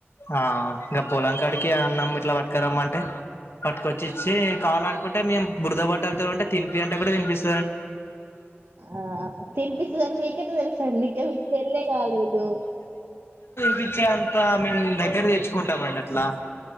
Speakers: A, on the left (about 70°); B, on the right (about 65°).
A: ఆ ఇంకా పొలంకాడికి అన్నం ఇట్ల పట్కారమ్మ అంటే పట్టుకొచ్చి ఇచ్చి కావాలనుకుంటే మేము బురదబట్టలతో ఉంటే తినిపి అంటే కూడ తనిపిస్
B: ఆ తిన్పిస్తది అని మీకెట్ట తెల్స్ తిన్పిస్తదండి ఇంక పెళ్లె కాలేదు
A: పపించే అంతా మేమ్ దగ్గర తెచ్చుకుంటామండి అట్లా